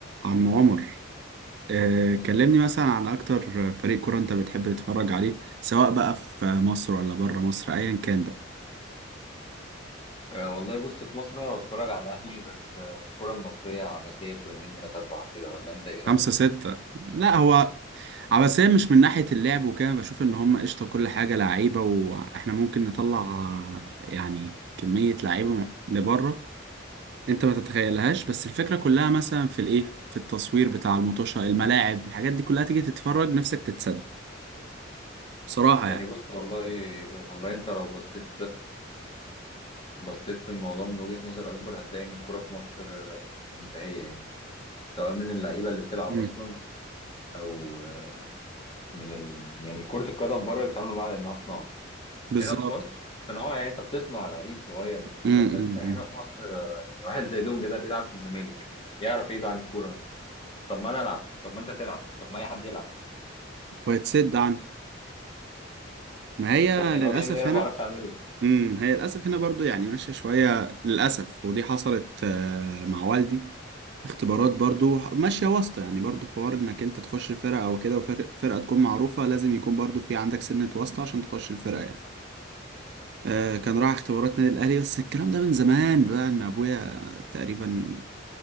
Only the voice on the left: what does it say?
أه والله بص في مصر انا بتفرج على الاهلي بس آه، الكره المصريه عبثيه شويتين ثلاثه اربعه كده ولا انت ايه رايك
يعني
بص والله والله انت لو بصيت بصيت في الموضوع من وجهه نظر اكبر هتلاقي ان الكره في مصر آه، منتهيه يعني سواء من اللعيبه اللي بتلعب
اصلا او آه، من ال... يعني كره القدم بره بيتعاملوا معاها انها صناعه
هنا في مصر صناعه يعني انت بتصنع لعيب صغير بتديله
الاساس
بتاعه
هنا في مصر يعني واحد زي دونجا ده بيلعب في الزمالك يعرف ايه ده عن الكوره مثلا طب ما انا العب طب ما انت تلعب طب ما اي حد يلعب
بالظبط يعني
هو بيعمل ايه انا
ما بعرفش اعمله